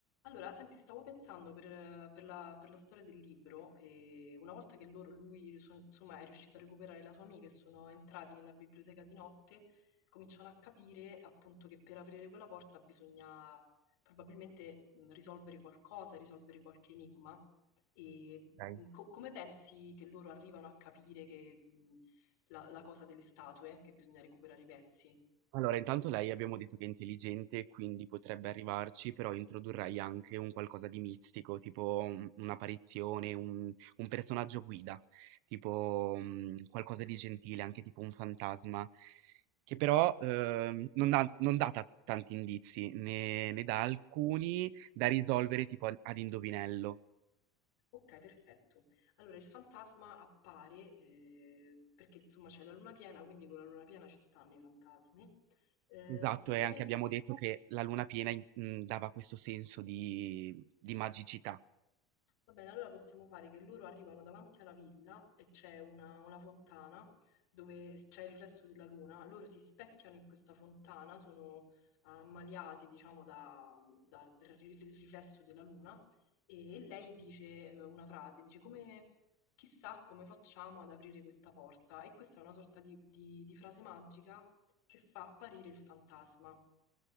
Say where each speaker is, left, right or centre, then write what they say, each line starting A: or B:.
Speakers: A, on the left; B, on the right.
A: Allora, senti, stavo pensando per, per la, per la storia del libro, e una volta che loro, lui so- insomma, è riuscito a recuperare la sua amica e sono entrati nella biblioteca di notte, cominciano a capire appunto che per aprire quella porta bisogna probabilmente mh, risolvere qualcosa, risolvere qualche enigma. E
B: Okay.
A: mh, co- come pensi che loro arrivano a capire che mh, la, la cosa delle statue, che bisogna recuperare i pezzi?
B: Allora intanto lei abbiamo detto che è intelligente, quindi potrebbe arrivarci, però introdurrei anche un qualcosa di mistico, tipo un un'apparizione, un un personaggio guida, tipo, mhmm, qualcosa di gentile, anche tipo un fantasma, che però, uhm, non dà non dà ta tanti indizi, ne ne dà alcuni da risolvere tipo ad ad indovinello.
A: Ok, perfetto. Allora, il fantasma appare eh, perché insomma c'è la luna piena, quindi con la luna piena ci stanno i fantasmi. Eh,
B: Esatto,
A: praticamente
B: e anche abbiamo detto che la luna piena in mhmm, dava questo senso di di magicità.
A: Va bene, allora possiamo fare che loro arrivano davanti alla villa e c'è una, una fontana dove c'è il riflesso della luna. Loro si specchiano in questa fontana, sono ammaliati, diciamo, da- dal ri- riflesso della luna e lei dice eh, una frase, dice come, chissà come facciamo ad aprire questa porta. E questa è una sorta di, di- di frase magica che fa apparire il fantasma.